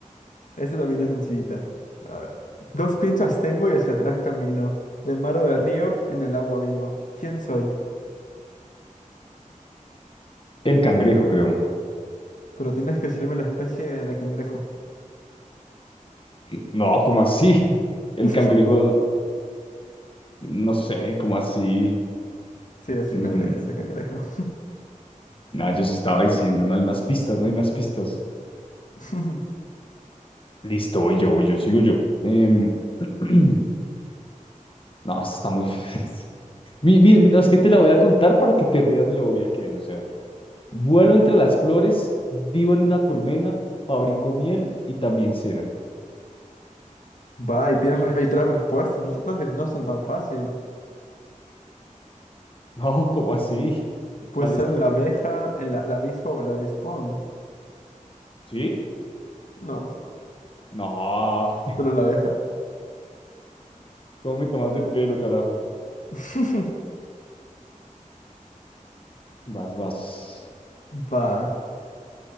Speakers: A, on the left; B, on the left.
A: este también es sencillita. A ver. Dos pinzas tengo y hacia atrás camino. De mar o de río, en el agua vivo. ¿Quién soy?
B: El cangrejo, creo.
A: Pero tienes que decirme la especie de cangrejo.
B: Y- No, ¿cómo así? <laughs> El
A: <laughs>
B: cangrejo, no sé, ¿cómo así?
A: Sí, es
B: Mm,
A: el cangrejo, es el cangrejo.
B: nada, yo sí estaba diciendo, no hay más pistas, no hay más pistas.
A: <laughs>
B: Listo, voy yo, voy yo, sigo yo. Em, <clears throat> no, esta está muy <laughs> fácil. Mi- mi- mi- no, es que te la voy a contar para que te rías de lo obvia que es. O sea, vuelo entre las flores, vivo en una colmena, fabrico miel y también cera. <laughs>
A: Va, y tienes re- hay tres respuestas. No son tan, dif- no son tan fácil.
B: No, ¿cómo así?
A: Puede
B: ¿Cuáles
A: ser
B: tres
A: la
B: respuestas?
A: abeja, el- la, la avispa o el avispón.
B: ¿Sí?
A: No,
B: No,
A: solo la abeja.
B: ¿cómo me tomas del pelo, carajo?
A: <laughs>
B: Vas, vas.
A: Va.